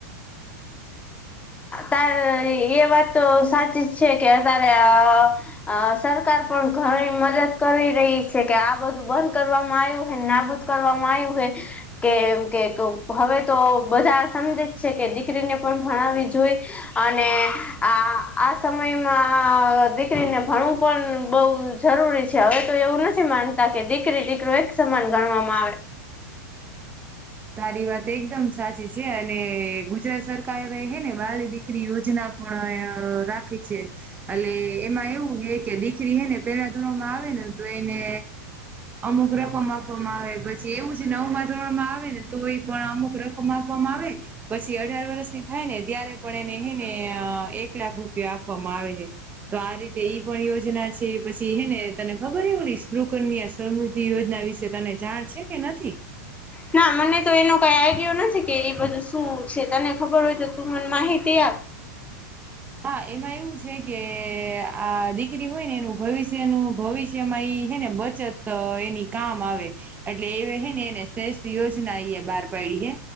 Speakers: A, on the left; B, on the right.
A: તારે એ વાત તો સાચી છે કે, તારે અ સરકાર પણ ઘણી મદદ કરી રહી છે કે, આ બધું બંધ કરવામાં આવ્યું હોને, નાબદ કરવામાં આવ્યું હ. કેમ કે, હવે તો બધા સમજે જ છે કે, દીકરીને પણ ભણાવવી જોઈ. અને આ આ સમયમાં દીકરીને, ભણું પણ બઉ. જરૂરી છે, હવે તો એવું નથી માનતા કે દીકરી-દીકરો એક સમાન ગણવામાં આવે.
B: <unintelligible> તારી વાત એકદમ સાચી છે, અને ગુજરાત સરકાર રહે હ ને, વાળી દીકરી યોજના. પણ રાખે છે, એટ એમાં એવું હે કે, દીકરી હે ને, પેલા ધોરણમાં આવે ને, તો એને અમુક રકમ આપવામાં આવે, પછી એવું છે, નવ માં ધોરણ તો એ પણ અમુક રકમ આપવામાં આવે, પછી અઢાર વર્ષની થાય ને ત્યારે પણ એને હ ને, એક લાખ રૂપિયા આપવામાં આવે છે. તો આ રીતે ઈ પણ યોજના છે, પછી હે ને, તને ખબર એવું હી સક ની. સમૃદ્ધિ યોજના વિશે તને જાણ છે કે, નથી.
A: ના મને તો એનો કઈ આઈડિયો નથી કે, એ બધું શું છે, તને ખબર હોય તો તું મને માહિતી આપ?
B: હા, એમાં એવું છે કે, આ દીકરી હોય ને, એનું ભવિષ્યનું ભવિષ્યમાં એ હે ને, બ જ એની કામ આવે. એટલે એ હે ને, એને શ્રેષ્ઠ યોજના અ બહાર પાડીએ.